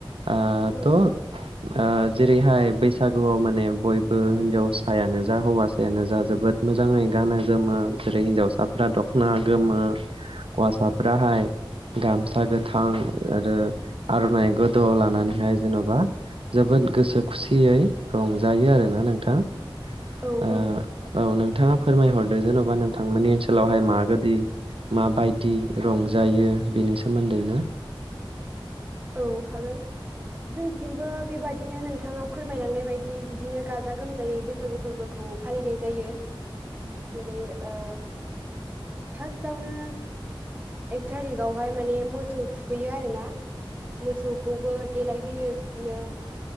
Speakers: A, on the right; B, on the right.
A: ओ
B: औ
A: थ' ओ जेरैहाय बैसागुआव माने बयबो हिनजावसायानो जा हौवासायानो जा जोबोद मोजाङै गानो जोमो जेरै हिन्जावसाफ्रा दख'ना गोमो हौवासाफ्रााहाय गामसा गोथां आरो आर'नाइ गोद'आव लानानैहाय जेन'बा जोबोद गोसो खुसियै रंजायो आरोना नोंथां।
B: औ
A: ओ औ नोंथाङा फोरमायहरदो जेन'बा नोंथांमोनानि ओनसोलावहाय मागोदि माबायदि रंजायो बेनि सोमोन्दैनो
B: औ हागोन जोंथिंबो बेबाद दिनो नोंथाङा फोरमायलांनाय बायदि बिदिनो गाजा गोमजायै बैसागु फोरबोखौ फालिनाय जायो।
A: <inaudible>
B: जेरै ओ फार्स्टआवनो एक थारिखावहाय माने मोसौ थुखैयो आरोना। मोसौखौबो देलायहोयो बिदिनो